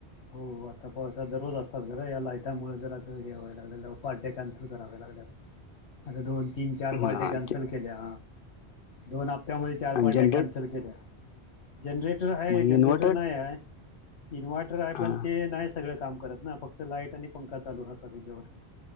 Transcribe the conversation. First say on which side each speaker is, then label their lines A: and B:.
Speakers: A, on the left; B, on the left.
A: हो आता पावसात दररोज असतात खरं या लायटामुळे जजरासं हे व्हाय लागलेलं पार्ट्या कॅन्सल कराव्या लागल्यात.
B: <inaudible>
A: अरे दोन तीन चार
B: मग
A: पार्ट्या कॅन्सल केल्या दोन आप त्यामुळे चार पार्ट्या
B: जनरेट
A: कॅन्सल केल्या जनरेटर आहे
B: मग
A: जनरेटर
B: इन्व्हर्टर
A: नाही आहे. इन्व्हर्टर आहे
B: हा
A: पण ते नाही सगळं काम करत ना फक्त लाईट आणि पंखा चालू राहतो त्याच्यावर.